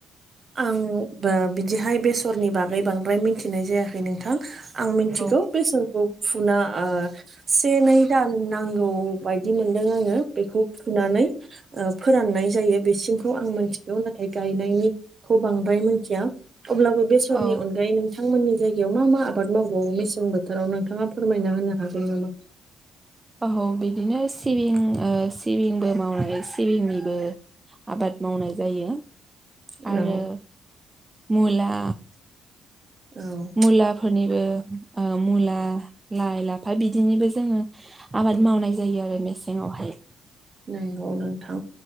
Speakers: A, on the right (about 40°); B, on the right (about 20°).
A: आं बिदिहाय बेसरनि बागै बांद्राय मिथिनाय जायाखै नोंथां आं मिथिगौ
B: औ
A: बेसरखौ फुना से नै दान नांगौ बायदि मोनदों आङो बेखौ फुनानै फोराननाय जायो बेसिम आं मिथिगौ नाथाय गायनायनिखौ बांद्राय मिथिया अब्लाबो बेसरनि
B: औ
A: अनगायै बिथांमोननि जायगायाव मा मा आबाद मावबावो मेसें बोथोराव नोंथाङा फोरमायना होनो हागोन नामा
B: आ बिदिनो सिबिं सिबिंबो मावनाय सिबिंनिबो आबाद मावनाय जायो आरो
A: औ
B: मुला
A: औ
B: मुलाफोरनिबो मुला लाइ लाफा बिदिनिबो जोङो आबाद मावनाय जायो आरो मेसेङावहाय
A: नंगौ नोंथां